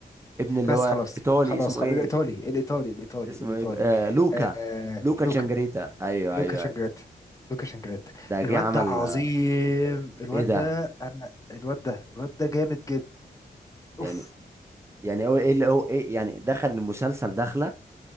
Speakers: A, on the right; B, on the left.
A: ابن اللي
B: بس
A: هو
B: خلاص
A: ايطالي
B: خلاص
A: اسمه
B: خلاص
A: ايه
B: الإيطالي الإيطالي الإيطالي
A: اسمه
B: الإيطالي
A: ايه آه لوكا
B: آه
A: لوكا
B: لوكا
A: تشانجريتا ايوه
B: لوكا
A: ايوه
B: شانجريتا
A: ايوه
B: لوكا شانجريتا
A: ده
B: الواد
A: جه عمل
B: ده عظيم
A: آه،
B: الواد
A: ايه ده
B: ده أنا الواد ده الواد ده جامد جدا أوف
A: يعني يعني هو ايه اللي هو ايه يعني دخل المسلسل دخله